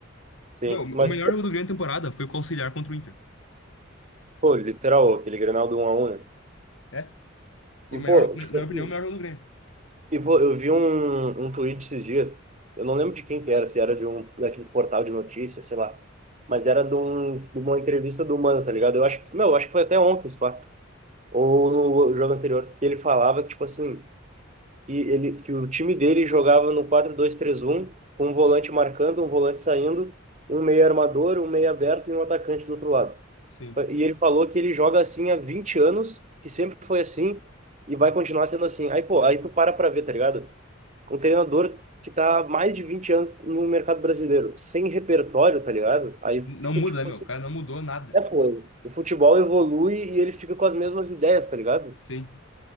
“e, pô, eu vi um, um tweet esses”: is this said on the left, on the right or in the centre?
Right